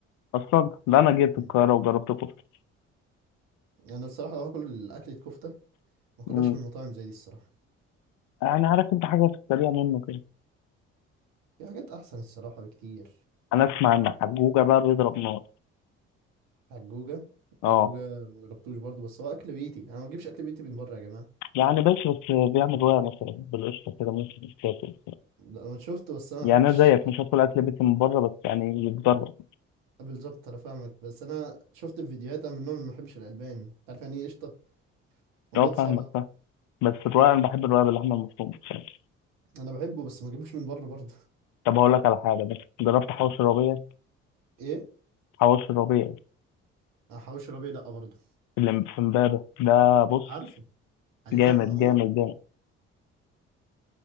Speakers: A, on the left; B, on the right.
A: اصلا ده انا جيت
B: امم
A: القاهره وجربت كفته
B: انا الصراحه لو هاكل اكله كفته ما اكلهاش
A: أمم،
B: من مطاعم زي دي الصراحه
A: يعني عارف انت حاجه في السريع منه كده
B: في حاجات احسن الصراحه بكتير
A: انا اسمع ان حجوجه بقى بيضرب نار
B: حجوجة
A: اه
B: حجوجة ما جربتوش برضه بس هو اكل بيتي انا ما بجيبش اكل بيتي من بره يا جماعة
A: يعني بس بس بيعمل رواية مثلا بالقشطه كده ممكن يتاكل
B: ده انا شفته بس انا
A: يعني
B: ما بحبش
A: انا زيك مش هدخل اكل بيتي من بره بس يعني يتجرب
B: بالظبط انا فاهمك بس انا شفت في فيديوهات انا من النوع اللي ما بحبش الالبان انت عارف يعني ايه قشطة الموضوع
A: اه
B: ده
A: فاهمك
B: صعب أوي.
A: فاهم بس الرقاق انا بحب الرقاق باللحمه المفرومه بصراحة.
B: انا بحبه بس ما بجيبوش من بره برضه
A: طب هقول لك على حاجه بس جربت حواوشي الربيع
B: <laughs> ايه
A: حواوشي الربيع
B: أنا حواوشي ربيع لا برضه
A: اللي في امبابه ده بص
B: عارفه عليه
A: جامد
B: زحمة موت
A: جامد جامد